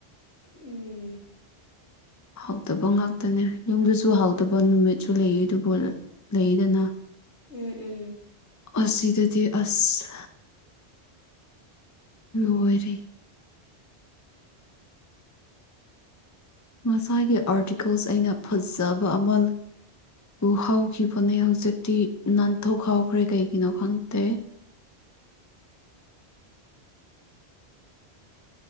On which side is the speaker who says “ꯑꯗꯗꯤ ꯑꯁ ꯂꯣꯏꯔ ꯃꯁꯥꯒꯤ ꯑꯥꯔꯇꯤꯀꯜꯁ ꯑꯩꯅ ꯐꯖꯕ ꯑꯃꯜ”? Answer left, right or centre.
Left